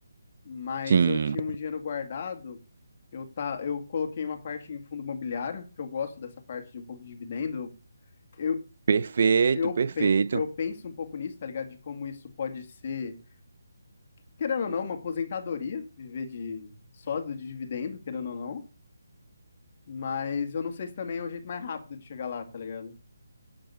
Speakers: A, on the left; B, on the right.
A: mas
B: Sim.
A: eu tinha um dinheiro guardado. Eu, tá, eu coloquei uma parte em fundo imobiliário, que eu gosto dessa parte de um pouco de dividendo. Eu,
B: Perfeito,
A: eu,
B: perfeito.
A: pen- eu penso um pouco nisso, tá ligado? De como isso pode ser, querendo ou não, uma aposentadoria, viver de só do dividendo, querendo ou não. Mas eu não sei se também é o jeito mais rápido de chegar lá, tá ligado?